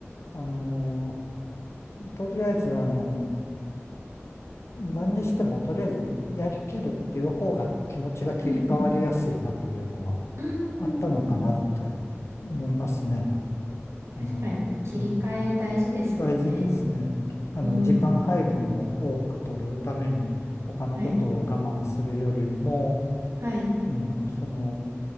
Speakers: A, on the left; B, on the right.
A: あのとりあえず、あの、何にしてもとりあえずやりきるっていう方が気持ちが切り替わりやすいなというのは
B: うんうん。うーん。
A: あったのかなって思いますね。あの、
B: 確かに切り替え大事ですもんね。
A: うん、大事ですね。あの、
B: うん。
A: 時間配分を多く取るために他のことを我慢するよりも、
B: はい。はい。
A: うん、その、